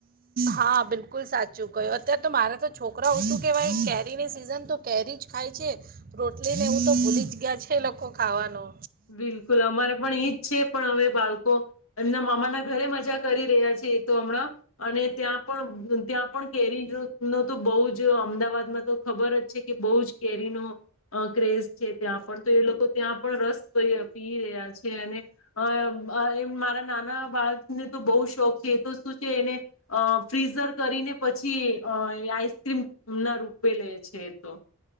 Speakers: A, on the right; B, on the left.
A: હા બિલકુલ સાચું કહ્યું અત્યારે તો મારે તો છોકરાઓ શું કેહેવાય કેરીની સિઝન તો કેરી જ ખાય છે રોટલી ને એવું તો ભૂલી જ ગયા છે એ લોકો ખાવાનુ.
B: બિલકુલ અમારે પણ ઈજ છે. પણ હવે બાળકો એમના મામા ના ઘરે મજા કરી રહ્યા છે એ તો હમણાં અને ત્યાં પણ ત્યાં પણ કેરી નો તો બહુ જ અમદાવાદમાં તો ખબર જ છે કે બહુ જ કેરીનોો ક્રેઝ છે. ત્યાં પણ તો એ લોકો ત્યાં પણ રસ. તો પી રહ્યા છે અને અ અ મારા નાના બાળકને તો બહુ શોખ છે એ તો શું છે એને અ ફ્રીઝર કરીને પછી આઈસક્રીમ ના રૂપે લે છે એ તો.